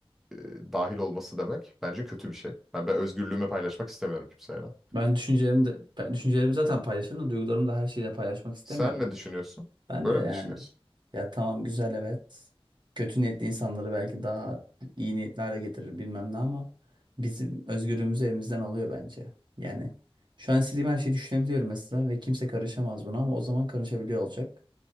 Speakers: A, in the centre; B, on the right.
A: e, dahil olması demek bence kötü bir şey. Yani ben özgürlüğümü paylaşmak istemiyorum kimseyle.
B: Ben düşüncelerimi de ben düşüncelerimi zaten paylaşırım da duygularımı da her şeyle paylaşmak istemiyorum.
A: Sen ne düşünüyorsun?
B: Ben
A: Böyle
B: de yani
A: mi düşünüyorsun?
B: ya tamam güzel evet. Kötü niyetli insanları belki daha iyi niyetli hale getirir bilmem ne ama bizim özgürlüğümüzü elimizden alıyor bence. Yani şu an istediğim her şeyi düşünebiliyorum mesela ve kimse karışamaz buna ama o zaman karışabiliyor olacak.